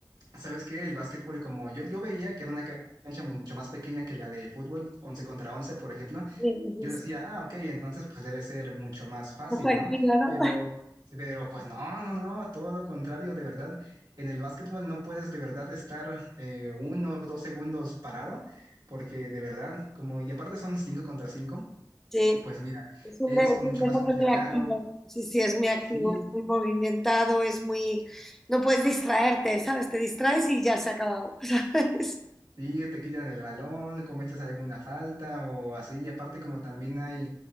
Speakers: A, on the right; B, in the centre.
A: ¿Sabes qué? El básquetbol, como yo, yo veía que era una cancha mu- mucho más pequeña que la de fútbol, 11 contra 11, por ejemplo,
B: Sí, sí,
A: yo decía, ah, ok, entonces pues debe ser mucho más fácil,
B: Está Tranquila,
A: ¿no?
B: ¿no?
A: Pero, pero pues no, no, no, no, todo lo contrario, de verdad. En el básquetbol no puedes de verdad estar eh, uno o dos segundos parado, porque de verdad, como, y aparte son 5 contra 5,
B: Sí,
A: pues mira,
B: es un,
A: es
B: de- es
A: mucho
B: un deporte
A: más complicado.
B: muy activo. Sí, sí, es muy
A: Sí,
B: activo, es muy movimentado, es muy... No puedes distraerte, ¿sabes? Te distraes y ya se ha acabado, <laughs> ¿sabes?
A: Sí, te quitan el balón, cometes alguna falta o así. Y aparte como también hay